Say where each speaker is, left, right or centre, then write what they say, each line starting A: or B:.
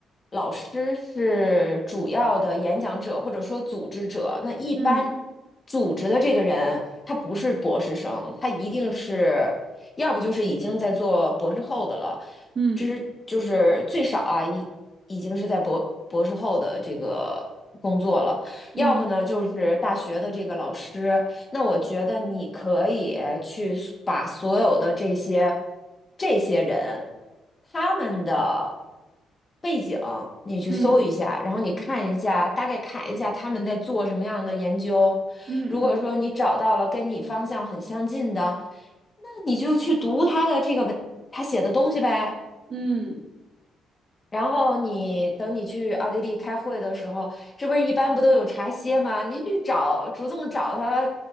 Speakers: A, on the left (about 30°); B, on the right (about 50°).
A: 老师是主要的演讲者或者说组织者。那一般
B: 嗯
A: 组织的这个人，他不是博士生，他一定是要不就是已经在做博士后的了，
B: 嗯
A: 这是就是最少啊，已已经是在博博士后的这个工作了。
B: 嗯
A: 要不呢，就是大学的这个老师，那我觉得你可以去把所有的这些这些人他们的背景，你去搜一下，
B: 嗯
A: 然后你看一下，大概看一下他们在做什么样的研究。
B: 嗯嗯
A: 如果说你找到了跟你方向很相近的，那你就去读他的这个文，他写的东西呗。
B: 嗯，
A: 然后你等你去奥地利开会的时候，这不是一般不都有茶歇吗？你去找，主动找他